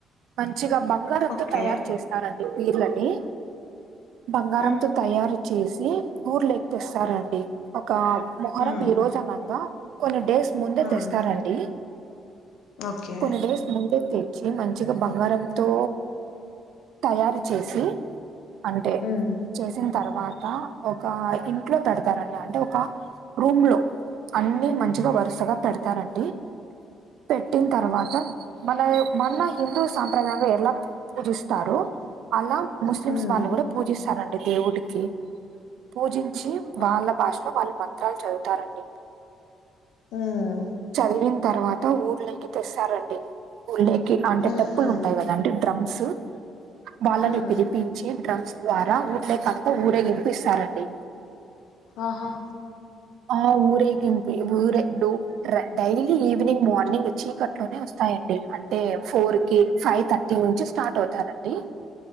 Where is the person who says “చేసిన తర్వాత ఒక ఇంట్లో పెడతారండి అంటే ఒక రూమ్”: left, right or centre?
Right